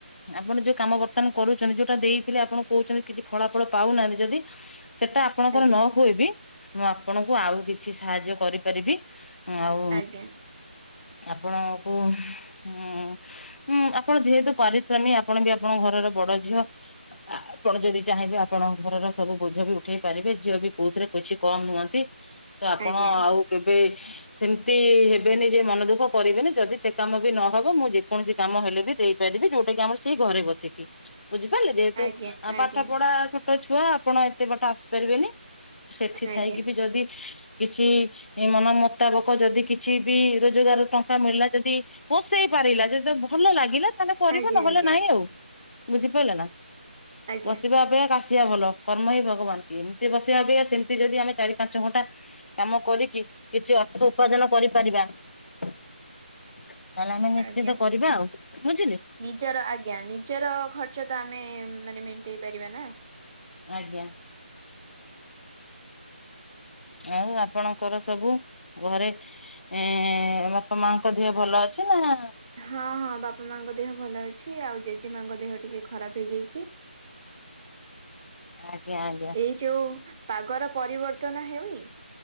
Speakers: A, on the left; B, on the right.
A: ଆପଣ ଯୋଉ କାମ ବର୍ତ୍ତମାନ କରୁଛନ୍ତି ଯୋଉଟା ଦେଇଥିଲେ ଆପଣ କହୁଛନ୍ତି କିଛି ଫଳା ଫଳ ପାଉନାହାନ୍ତି। ଯଦି ସେଟା ଆପଣଙ୍କର
B: ଆଜ୍ଞା।
A: ନ ହୁଏ ବି ମୁଁ ଆପଣଙ୍କୁ ଆଉ କିଛି ସାହାଯ୍ୟ କରିପାରିବି। ଆଉ
B: ଆଜ୍ଞା
A: ଆପଣକୁ ଉଁଁ ଆପଣ ଯେହେତୁ ପରି ସ୍ୱାମୀ ଆପଣ ବି ଆପଙ୍କ ଘରର ବଡ ଝିଅ। ଆପଣ ଯଦି ଚାହିଁବେ ଆପଣଙ୍କ ଘରର ସବୁ ବୋଝ ବି ଉଠେଇ ପାରିବେ ଝିଅ ବି କୋଉଥିରେ କିଛି କମ ନୁହଁନ୍ତି। ତ ଆପଣ
B: ଆଜ୍ଞା
A: ଆଉ କେବେ ସେମିତି ହେବେନି ଯେ ମନ ଦୁଃଖ କରିବେନି ଯଦି ସେ କାମ ବି ନହବ ମୁଁ ଯେକୌଣସି କାମ ହେଲେ ବି ଦେଇପାରିବି ଯୋଉଟା କି ଆମର ସେଇ ଘରେ ବସିକି। ବୁଝିପାରିଲେ ଯେହେତୁ
B: ଆଜ୍ଞା ଆଜ୍ଞା
A: ପାଠ ପଢା ଛୋଟ ଛୁଆ ଆପଣ ଏତେ ବାଟ ଆସିପାରିବେନି। ସେଠି
B: ଆଜ୍ଞା
A: ଥାଇକି ବି ଯଦି କିଛି ମନ ମୁତାବକ ଯଦି କିଛି ବି ରୋଜଗାର ଟଙ୍କା ମିଳିଲା ଯଦି ପସେଇ ପାରିଲା ଯେଦେବେ ଭଲ ଲାଗିଲା ତାହେଲେ କରି
B: ଆଜ୍ଞା
A: ନହେଲେ ନାଇଁ ଆଉ ବୁଝିପାରିଲେ ନା
B: ଆଜ୍ଞା
A: ବସିବା
B: ଆଜ୍ଞା
A: ଅପେକ୍ଷା କା ବସିବା ଭଲ କର୍ମ ହିଁ ଭଗବାନ କି ଏମିତି ବସିବାବେ ସେମିତି ଯଦି ଆମେ ଚାରି ପାଞ୍ଚ ଘଣ୍ଟା କାମ କରିକି କିଛି ଅର୍ଥ ଉପାର୍ଜନ କରିପାରିବା। ତାହେଲେ ଆମେ ନିଶ୍ଚିତ
B: ଆଜ୍ଞା।
A: କରିବା ଆଉ ବୁଝିଲି।
B: ନିଜର ଆଜ୍ଞା ନିଜର ଖର୍ଚ୍ଚ ତ ଆମେ ମାନେ ମେଣ୍ଟେଇ ପାରିବା ନା।
A: ଆଜ୍ଞା। ଆଉ ଆପଣଙ୍କର ସବୁ ଘରେ ଏଁ ବାପା ମାଙ୍କ ଦେହ ଭଲ ଅଛି ନା?
B: ହଁ ହଁ ବାପା ମାଙ୍କ ଦେହ ଭଲ ଅଛି ଆଉ ଜେଜେ ମାଙ୍କ ଦେହ ଟିକେ ଖରାପ ହେଇଯାଇଛି।
A: ଆଜ୍ଞା ଆଜ୍ଞା।
B: ଏଇ ଯୋଉ ପାଗର ପରିବର୍ତ୍ତନ ହେଉନି।